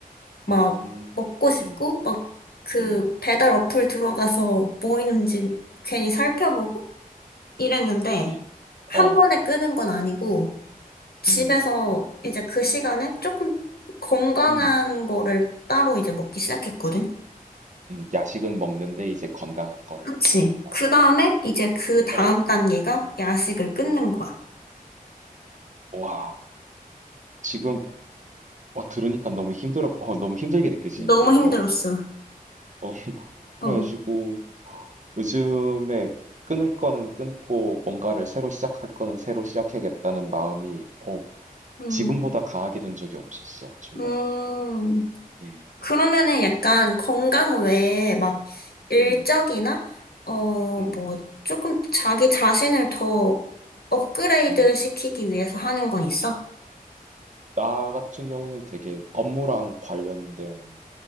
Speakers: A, on the left (about 85°); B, on the right (about 50°).
A: 막
B: 음,
A: 먹고 싶고,
B: 음,
A: 막 그
B: 음,
A: 배달 어플 들어가서 뭐 있는지
B: 음,
A: 괜히 살펴보고, 일했는데
B: 그치.
A: 한
B: 어,
A: 번에 끄는 건 아니고 집에서
B: 음,
A: 이제 그 시간에 조금 건강한
B: 음,
A: 거를 따로 이제 먹기 시작했거든.
B: 음, 야식은 먹는데 이제 건강한 거를
A: 그치.
B: 먹는다.
A: 그 다음에 이제 그 다음
B: 어,
A: 단계가 야식을 끊는
B: 음.
A: 거야.
B: 와, 지금 어, 들으니까 너무 힘들어, 어, 너무 힘들게 느껴지는데
A: 너무
B: 이거.
A: 힘들었어.
B: 어,
A: 어.
B: 그래가지고. 요즘에 끊을 거는 끊고 뭔가를 새로 시작할 거는 새로 시작해야겠다는 마음이 어,
A: 음.
B: 지금보다 강하게 든 적이 없었어, 정말로.
A: 음.
B: 음,
A: 그러면은 약간 건강 외에 막 일적이나
B: 음,
A: 어,
B: 음,
A: 뭐 조금 자기 자신을 더 업그레이드
B: 음.
A: 시키기 위해서 하는 건 있어?
B: 나 같은 경우는 되게 업무랑 관련된